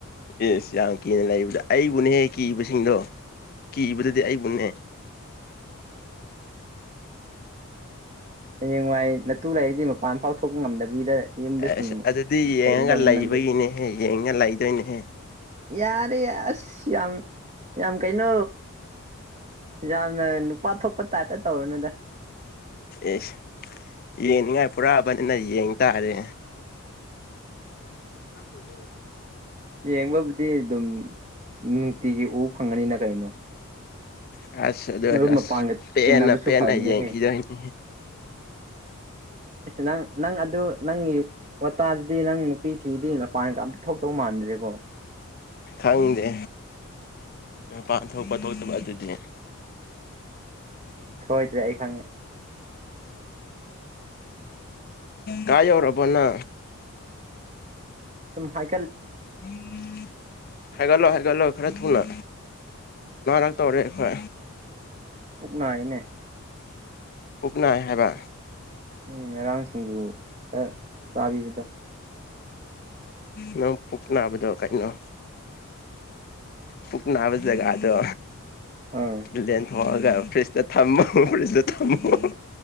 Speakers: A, on the left (about 40°); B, on the right (about 30°).
A: ꯏꯁ ꯌꯥꯝ ꯀꯤꯅ ꯂꯩꯕꯗ ꯑꯩꯕꯨꯅꯦꯍꯦ ꯀꯤꯕꯁꯤꯡꯗꯣ ꯀꯤꯕꯗꯨꯗꯤ ꯑꯩꯕꯨꯅꯦ
B: ꯍꯌꯦꯡꯋꯥꯏ ꯅꯠꯇꯨ ꯂꯩꯔꯤꯗꯤ ꯃꯄꯥꯟ ꯐꯥꯎ ꯊꯣꯛꯄ ꯉꯝꯗꯕꯤꯗ ꯌꯨꯝꯗ ꯁꯨꯝ
A: ꯑꯁ ꯑꯗꯨꯗꯤ ꯌꯦꯡꯉꯒ
B: ꯂꯩꯒꯗꯧꯅꯤ
A: ꯂꯩꯕꯒꯤꯅꯦꯍꯦ
B: ꯅꯪꯗꯤ
A: ꯌꯦꯡꯉꯒ ꯂꯩꯗꯣꯏꯅꯦꯍꯦ
B: ꯌꯥꯔꯦ ꯑꯁ ꯌꯥꯝ ꯌꯥꯝ ꯀꯩꯅꯣ ꯌꯥꯝꯅ ꯅꯨꯄꯥ ꯊꯣꯛꯄ ꯇꯥꯏꯞꯇ ꯇꯧꯔꯅꯨꯗ
A: ꯑꯦꯁ ꯌꯦꯡꯅꯤꯡꯉꯥꯏ ꯄꯨꯔꯛꯑꯕꯅꯤꯅ ꯌꯦꯡ ꯇꯥꯔꯦ ꯎꯝ ꯎꯝ
B: ꯌꯦꯡꯕꯕꯨꯗꯤ ꯑꯗꯨꯝ ꯅꯨꯡꯇꯤꯒꯤ ꯎ ꯐꯪꯉꯅꯤꯅ ꯀꯩꯅꯣ
A: ꯑꯁ ꯑꯗꯨ
B: ꯃꯔꯨꯞ
A: ꯑꯁ
B: ꯃꯄꯥꯡꯒ
A: ꯄꯦꯟꯅ
B: ꯇꯤꯟꯅꯕꯁꯨ
A: ꯄꯦꯟꯅ
B: ꯐꯕꯅꯦꯍꯦꯁ
A: ꯌꯦꯡꯈꯤꯗꯣꯏꯅꯤ
B: ꯅꯪ ꯅꯪ ꯑꯗꯨ ꯅꯪꯒꯤ ꯋꯥꯇꯥ ꯗꯤ ꯅꯪ ꯅꯨꯄꯤ ꯊꯤꯗꯤ ꯃꯄꯥꯟꯒ ꯑꯝꯇ ꯊꯣꯛꯇꯧ ꯃꯥꯟꯗ꯭ꯔꯦꯀꯣ
A: ꯈꯪꯗꯦ ꯃꯄꯥꯟ ꯊꯣꯛꯄ ꯊꯣꯛꯇꯕ ꯑꯗꯨꯗꯤ
B: ꯁꯣꯏꯗ꯭ꯔꯦ ꯑꯩ ꯈꯪꯉꯦ
A: ꯀꯥꯏ ꯌꯔꯔꯕꯅ
B: ꯍꯥꯏ
A: ꯎꯝ <inaudible> ꯍꯥꯏꯒꯂꯣ ꯍꯥꯏꯒꯂꯣ ꯈꯔ ꯊꯨꯡꯂ ꯑꯛꯇ ꯑꯣꯔꯦ ꯈ
B: ꯄꯨꯛꯅꯥꯏꯅꯦ
A: ꯄꯨꯛꯅꯥꯏ ꯍꯥꯏꯕ
B: ꯎꯝ ꯃꯔꯥꯡꯁꯤ ꯊꯤꯡꯖꯨ ꯐ ꯆꯕꯤꯕꯗ
A: ꯅꯪ ꯄꯨꯛ ꯅꯥꯕꯗꯣ ꯀꯩꯅꯣ ꯄꯨꯛ ꯅꯥꯕ ꯖꯒꯥꯗꯣ
B: ꯑꯥ
A: ꯏ <unintelligible> ꯍꯣꯏꯒ ꯐ꯭ꯔꯤꯖꯇ ꯊꯝꯃꯃꯣ ꯐ꯭ꯔꯤꯖꯇ ꯊꯝꯃꯣ